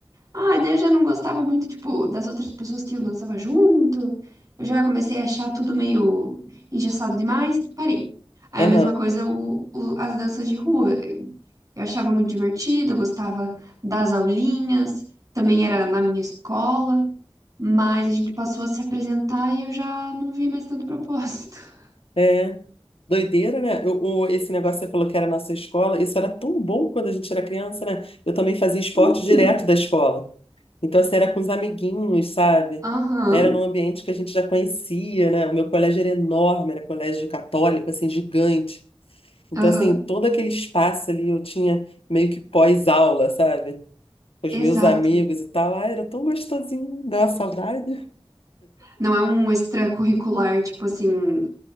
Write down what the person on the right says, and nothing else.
ah, daí eu já não gostava muito, tipo, das outras pessoas que eu dançava junto. Eu já comecei a achar tudo meio engessado demais, parei. Aí
a mesma coisa o, o- as danças de rua. Eu, eu achava muito divertido, eu gostava das aulinhas, também era na minha escola, mas a gente passou a se apresentar e eu já não vi mais tanto propósito. <laughs>
Hum,
Aham,
aham,
exato.
Não é um extracurricular, tipo assim.